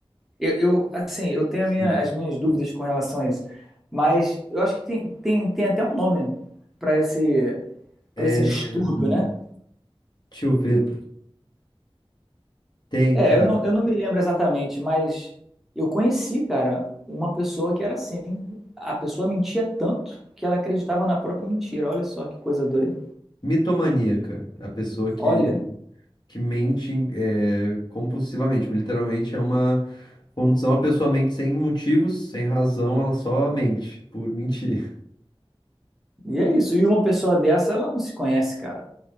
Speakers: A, in the centre; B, on the left.
A: Eu, eu, assim, eu tenho
B: sim.
A: a minha- as minhas dúvidas com relação a isso, mas eu acho que tem, tem, tem até um nome para esse,
B: É,
A: para esse distúrbio,
B: hum,
A: né?
B: deixa eu ver. Tem,
A: É,
B: cara,
A: eu não, eu não me lembro exatamente, mas eu conheci, cara, uma pessoa que era assim. A pessoa mentia tanto que ela acreditava na própria mentira. Olha só que coisa doida.
B: mitomaníaca, a pessoa que
A: Olha,
B: que mente é, compulsivamente, tipo, literalmente é uma condição, a pessoa mente sem motivos, sem razão, ela só mente por mentir.
A: e é isso. E uma pessoa dessa, ela não se conhece, cara.